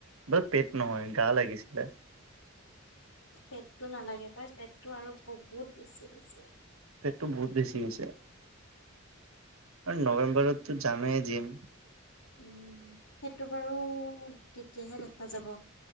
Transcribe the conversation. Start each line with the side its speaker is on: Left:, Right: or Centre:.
Right: য'ত পেট নহয়। গা লাগিছিলে
Left: পেটটো নালাগে পাই পেটটো আৰু বহুত বহুত বেছি হৈছে
Right: পেটটো বহুত বেছি হৈছে আৰু নৱেম্বৰতো জামেই জিম
Left: উম সেইটো বাৰু তেতিয়াহে দেখা যাব